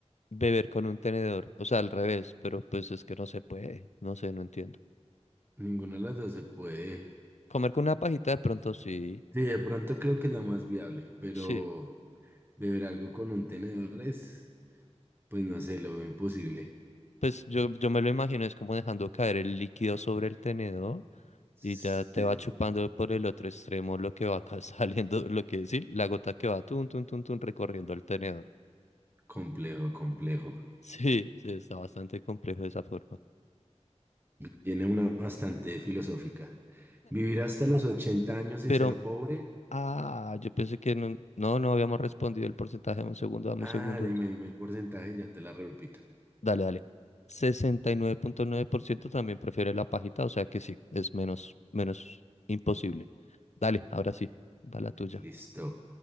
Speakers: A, on the left; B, on the right.
A: Beber con un tenedor, o sea, al revés, pero pues es que no se puede, no sé, no entiendo.
B: ninguna de las dos se puede.
A: Comer con una pajita de pronto sí,
B: Sí, de pronto creo que es la más viable, pero
A: sí.
B: beber algo con un tenedor es, pues no sé, lo veo imposible.
A: Pues yo, yo me lo imagino, es como dejando caer el líquido sobre el tenedor
B: Sí,
A: y ya te va chupando por el otro extremo lo que va acá <laughs> saliendo, lo que decir, la gota que va tun, tun, tun, tun, recorriendo el tenedor. <laughs>
B: complejo, complejo.
A: Sí, sí, está bastante complejo de esa forma.
B: Tiene una bastante filosófica. Vivir hasta los 80 años
A: Pero,
B: y ser pobre.
A: ah, yo pensé que no, no, no habíamos respondido el porcentaje, dame un segundo, dame
B: Ah,
A: un segundo.
B: dime, dime el porcentaje, ya te la repito.
A: Dale, dale. Sesenta y nueve nueve punto nueve por ciento también prefiere la pajita, o sea que sí, es menos, menos imposible. Dale, ahora sí, va la tuya.
B: Listo.